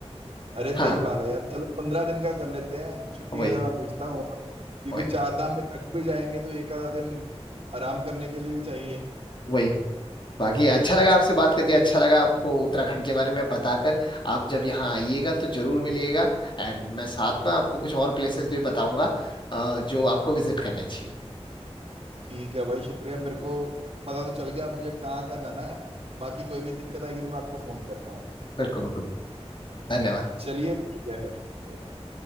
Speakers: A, on the right (about 55°); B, on the left (about 45°).
A: अरे
B: हाँ
A: सही बात है यार चलो पंद्रह दिन का कर लेते हैं छुट्टियां
B: वही
A: का मैं पूछता हूँ और क्योंकि
B: वही
A: चार धाम में थक भी जाएंगे तो एक आधा दिन आराम करने के लिए भी चाहिए
B: वही बाकी अच्छा लगा आपसे बात करके अच्छा लगा आपको उत्तराखंड के बारे में बताकर आप जब यहाँ आइएगा तो जरूर मिलिएगा एंड मैं साथ में आपको कुछ और प्लेसेस भी बताऊंगा अ, जो आपको विजिट करने चाहिए
A: ठीक है भाई शुक्रिया मेरे को पता तो चल गया अब मुझे कहाँ कहाँ जाना है बाकी कोई भी दिक्कत आएगी तो मैं आपको फोन करता हूँ
B: बिल्कुल बिल्कुल धन्यवाद
A: चलिए ठीक है फिर ओके